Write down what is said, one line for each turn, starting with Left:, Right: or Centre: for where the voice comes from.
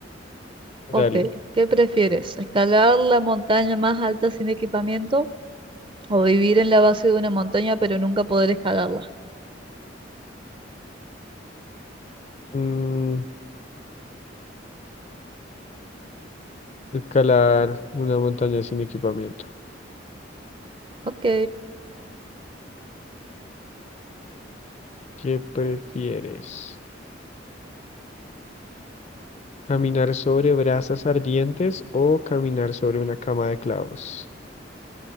Right: Ok,
Left: dale.
Right: ¿qué prefieres? ¿Escalar la montaña más alta sin equipamiento o vivir en la base de una montaña pero nunca poder escalarla?
Left: Mm, escalar una montaña sin equipamiento.
Right: Ok,
Left: ¿Qué prefieres? ¿Caminar sobre brasas ardientes o caminar sobre una cama de clavos?